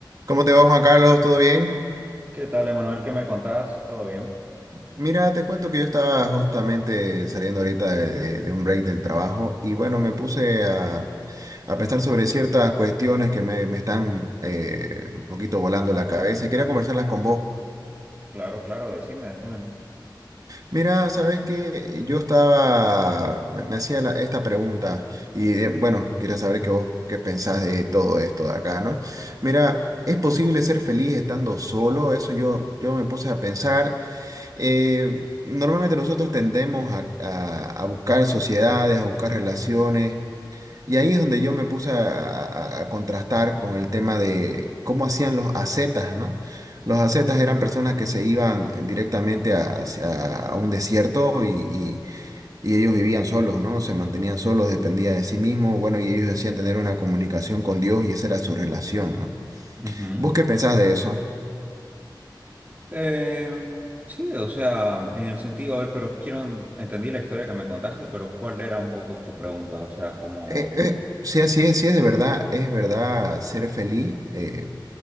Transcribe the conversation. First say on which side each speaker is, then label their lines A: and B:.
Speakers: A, on the right; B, on the right.
A: ¿Cómo te va, Juan Carlos? ¿Todo bien?
B: ¿Qué tal, Emanuel? ¿Qué me contás? ¿Todo bien?
A: Mira, te cuento que yo estaba justamente saliendo ahorita de, de un break del trabajo y bueno, me puse a, a pensar sobre ciertas cuestiones que me, me están eh, un poquito volando la cabeza y quería conversarlas con vos.
B: Claro, claro, decime, decime.
A: Mira, sabes que yo estaba, me, me hacía la- esta pregunta y eh, bueno, quería saber qué vos qué pensás de todo esto de acá, ¿no? Mira, ¿es posible ser feliz estando solo? Eso yo, yo me puse a pensar. Eh, normalmente nosotros tendemos a, a- a buscar sociedades, a buscar relaciones, y ahí es donde yo me puse a, a- a contrastar con el tema de cómo hacían los ascetas, ¿no? Los ascetas eran personas que se iban directamente a- hacia a un desierto y, y- y ellos vivían solos, ¿no? Se mantenían solos, dependía de sí mismo, bueno, y ellos decían tener una comunicación con Dios y esa era su relación, ¿no?
B: Ujú.
A: ¿Vos qué pensás de eso?
B: Eh, sí, o sea, en el sentido, a ver, pero quiero, en- entendí la historia que me contaste, pero ¿cuál era un poco tu pregunta? O sea, como,
A: Eh, eh, sí, así es, sí es de verdad, es verdad ser feliz eh,